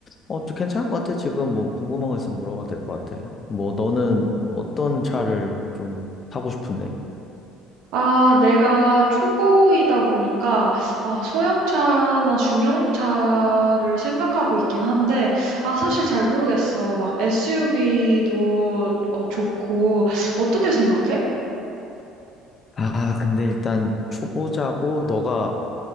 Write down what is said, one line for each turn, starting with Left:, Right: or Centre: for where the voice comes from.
Left: 어, 저 괜찮을 것 같아. 지금 뭐 궁금한 거 있으면 물어봐도 될 것 같아. 뭐 너는 어떤 차를 좀 타고 싶은데?
Right: 아, 내가 초보이다 보니까, 아, 소형차나 중형차를 생각하고 있긴 한데, 아, 사실 잘 모르겠어. 막 SUV도 좋고, 어떻게 생각해?
Left: 아, 근데 일단 초보자고 너가